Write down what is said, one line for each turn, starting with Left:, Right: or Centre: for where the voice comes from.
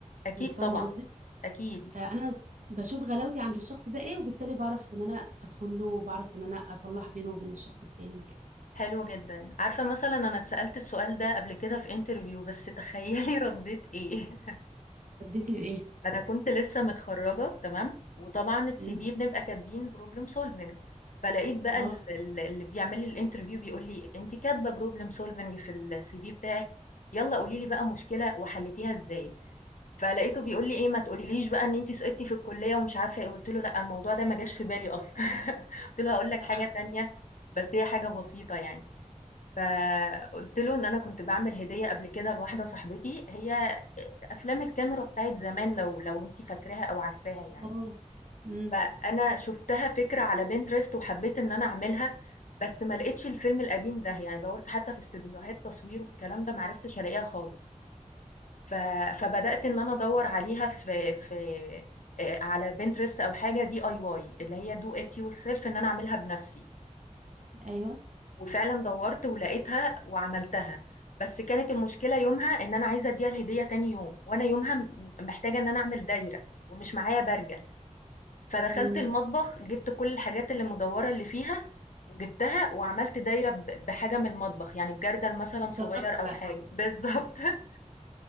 Left: أكيد
Right: أنت فاهمة
Left: طبعًا،
Right: قصدي
Left: أكيد.
Right: فأنا بشوف غلاوتي عند الشخص ده إيه وبالتالي بعرف إن أنا أدخل له وبعرف إن أنا أصلح بينه وبين الشخص التاني وكده
Left: حلو جدًا. عارفة مثلًا أنا اتسألت السؤال ده قبل كده في interview بس تخيّلي <laughs> ردّيت إيه؟ <laughs>
Right: ردتي بإيه؟
Left: أنا كنت لسّه متخرّجة تمام، وطبعًا الCV
Right: أمم،
Left: بنبقى كاتبين problem solving، فلقيت بقى
Right: أه
Left: ال ال اللي بيعمل لي الinterview بيقول لي: "أنتِ كاتبة problem solving في الCV بتاعِك، يالّا قولي لي بقى مشكلة وحلّيتيها إزاي." فلقيته بيقول لي إيه: "ما تقوليليش بقى إن أنتِ سقطتِ في الكلية" ومش عارفة إيه، قُلت له: "لأ، الموضوع ده ما جاش في بالي أصلًا." <laughs> قُلت له: "هاقول لك
Right: لا
Left: حاجة تانية بس هي حاجة بسيطة يعني." فقُلت له إن أنا كنت باعمل هدية قبل كده لواحدة صاحبتي، هي أ أفلام الكاميرا بتاعة زمان لو لو أنتِ فاكراها أو عارفاها يعني.
Right: أه أمم،
Left: فأنا شُفتها فكرة على Pinterest وحبّيت إن أنا أعملها، بس ما لقيتش الفيلم القديم ده، يعني دَوَّرت حتى في استوديوهات تصوير والكلام ده ما عرفتش ألاقيها خالص. ف فبدأت إن أنا أدوّر عليها في في آآ على Pinterest أو حاجة DIY اللي هي do it yourself إن أنا أعملها بنَفْسي.
Right: أيوه
Left: وفعلًا دوّرت ولقيتها وعملتها، بس كانت المشكلة يومها إن أنا عايزة أدّيها الهدية تاني يوم، وأنا يومها م محتاجة إن أنا أعمل دايرة ومش معايا برجل، فدخلت
Right: امم
Left: المطبخ جِبت كل الحاجات اللي مدوّرة اللي فيها وجِبتها وعملت دايرة ب بحاجة من المطبخ، يعني بجردل مثلًا
Right: اتصرفتي
Left: صغير أو
Right: بقى
Left: حاجة بالضبط، <laughs>